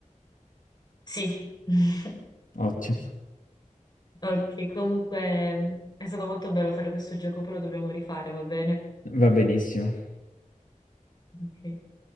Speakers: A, on the left (about 30°); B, on the left (about 85°).
A: Sì. <laughs>
B: Ottimo.
A: Ok, comunque è stato molto bello fare questo gioco, poi lo dobbiamo rifare, va bene?
B: Va benissimo.
A: Ok.